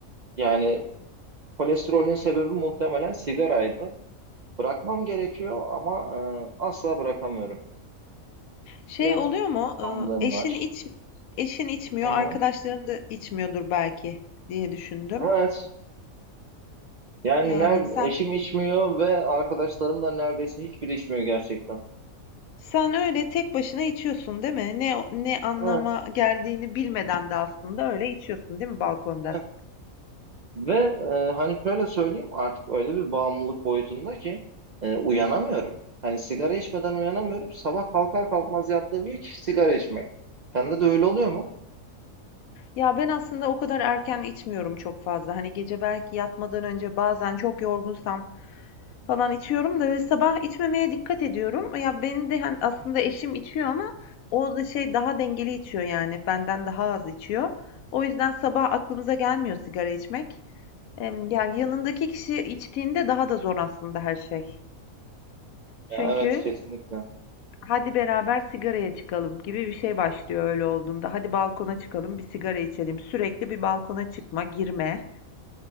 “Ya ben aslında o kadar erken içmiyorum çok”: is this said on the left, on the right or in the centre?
Left